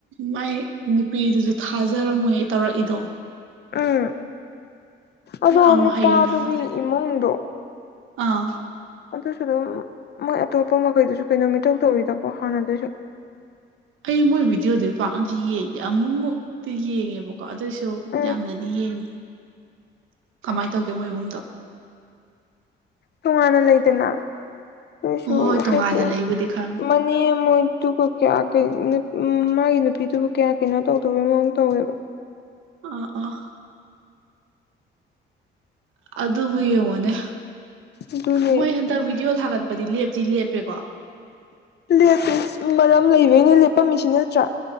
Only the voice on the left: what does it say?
ꯎꯝ ꯑꯗꯣ
ꯅꯨꯄꯥꯗꯨꯒꯤ
ꯏꯃꯨꯡꯗꯣ
ꯑꯗꯨꯁꯨ ꯑꯗꯨꯝ ꯃꯣꯏ ꯑꯇꯣꯞꯄ ꯃꯈꯩꯗꯁꯨ ꯀꯩꯅꯣ ꯃꯤꯊꯧꯧ ꯇꯧꯔꯤꯗꯀꯣ ꯍꯥꯟꯅꯗꯁꯨ
ꯎꯝ
ꯇꯣꯉꯥꯟꯅ ꯂꯩꯗꯅ ꯇꯁꯨ
ꯍꯥꯏꯗꯤ
ꯃꯅꯤ ꯃꯣꯏ ꯇꯨ ꯀ ꯀ ꯀ ꯎꯝ ꯃꯥꯒꯤ ꯅꯨꯄꯤꯗꯨꯕꯨ ꯀꯌꯥ ꯀꯩꯅꯣ ꯇꯧꯗꯕꯩ ꯃꯑꯣꯡ ꯇꯧꯋꯦꯕ
ꯑꯗꯨꯅꯦ
ꯂꯦꯞ ꯃꯔꯝ ꯂꯩꯕꯩꯅꯦ ꯂꯦꯞꯄꯝꯃꯤꯁꯤ ꯅꯠꯇ꯭ꯔꯥ